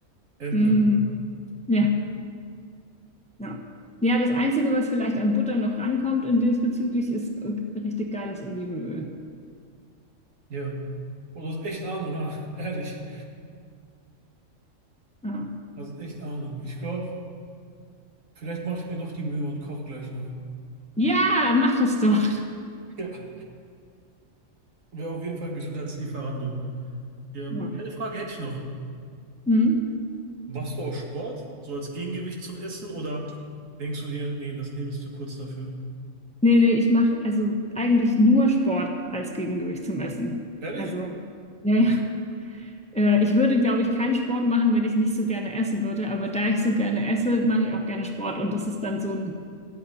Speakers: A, on the right; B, in the centre.
A: entle.
B: mm, ja, ja. Ja, das Einzige, was vielleicht an Butter noch rankommt in diesbezüglich, ist äh, richtig geiles Olivenöl.
A: Ja. Und du hast echt Ahnung, ah, <laughs> ehrlich.
B: Ja,
A: Du hast echt Ahnung. Ich glaube, vielleicht mache ich mir doch die Mühe und koche gleich noch.
B: ja mach das doch.
A: <laughs> Ja, wäre auf jeden Fall gesünder als Lieferando. Ähm,
B: Ja.
A: eine Frage hätte ich noch.
B: Mm.
A: Machst du auch Sport, so als Gegengewicht zum Essen, oder denkst du dir, nee, das Leben ist zu kurz dafür?
B: Nee, nee, ich mache also eigentlich nur Sport als Gegengewicht zum Essen.
A: Ehrlich?
B: Also, ja, ja. Äh, ich würde, glaube ich, keinen Sport machen, wenn ich nicht so gerne essen würde. Aber da ich so gerne esse, mache ich auch gerne Sport. Und das ist dann so ein,